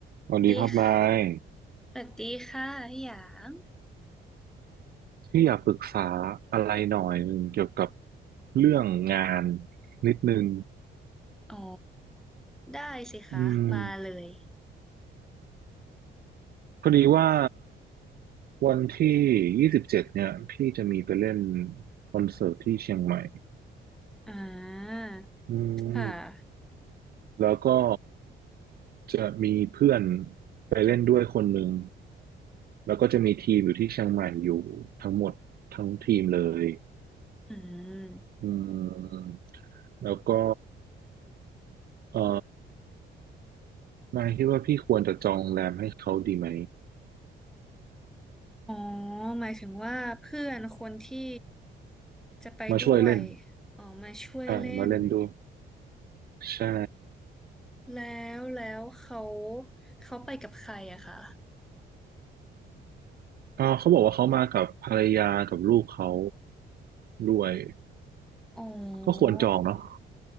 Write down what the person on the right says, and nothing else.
สวัสดีครับนาย
พี่อยากปรึกษาอะไรหน่อยหนึ่งเกี่ยวกับเรื่องงานนิดนึง
อืมพอดีว่าวันที่ยี่สิบเจ็ดเนี่ยพี่จะมีไปเล่นคอนเสิร์ตที่เชียงใหม่
อืม
แล้วก็จะมีเพื่อนไปเล่นด้วยคนหนึ่งแล้วก็จะมีทีมอยู่ที่เชียงใหม่อยู่ทั้งหมดทั้งทีมเลย
อืมแล้วก็เอ่อ นายคิดว่าพี่ควรจะจองโรงแรมให้เขาดีไหม
มาช่วยเล่น
ใช่มาเล่นด้วยใช่
อ่าเขาบอกว่าเขามากับภรรยากับลูกเขาด้วย
ก็ควรจองเนาะ